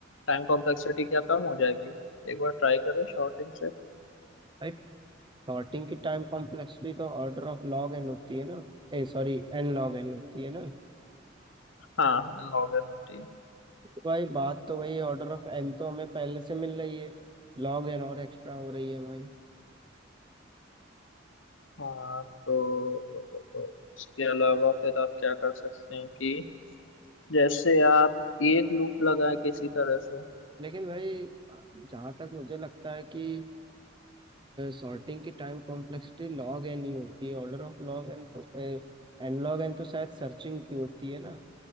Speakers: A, on the left; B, on the right.
A: टाइम कॉम्प्लेक्सिटी क्या कम हो जाएगी एक बार ट्राई करें शॉर्टिंग से
B: भाई सॉर्टिंग की टाइम कॉम्प्लेक्सिटी तो ऑर्डर ऑफ लॉग एन होती है ना ए सॉरी एन लॉग एन होती है ना
A: हाँ लॉगर होती है
B: भाई बात तो वही ऑर्डर ऑफ एन तो हमें पहले से मिल रही है लॉग एन और एक्स्ट्रा हो रही है हमारी
A: हाँ तो, तो, तो, तो इसके अलावा फिर आप क्या कर सकते हैं कि जैसे आप एक लूप लगाए किसी तरह से
B: लेकिन भाई जहाँ तक मुझे लगता है कि सॉर्टिंग की टाइम कॉम्प्लेक्सिटी लॉग एन ही होती है ऑर्डर ऑफ लॉग एन तो एन लॉग एन तो शायद सर्चिंग की होती है ना